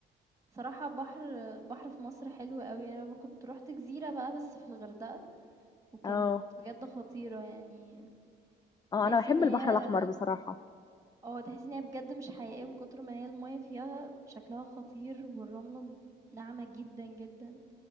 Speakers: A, on the right (about 15°); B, on the left (about 20°).
A: صراحة بحر بحر في مصر حلو قوي يعني انا كنت روحت جزيرة بقى بس في الغردقة وكانت
B: اه
A: بجد خطيرة يعني
B: اه
A: تحسي
B: أنا بحب
A: ان هي
B: البحر الأحمر بصراحة
A: آه، تحسّي إن هي بجد مش حقيقية من كتر ما هي المَيّة فيها شكلها خطير والرملة ن ناعمة جدًا، جدًا،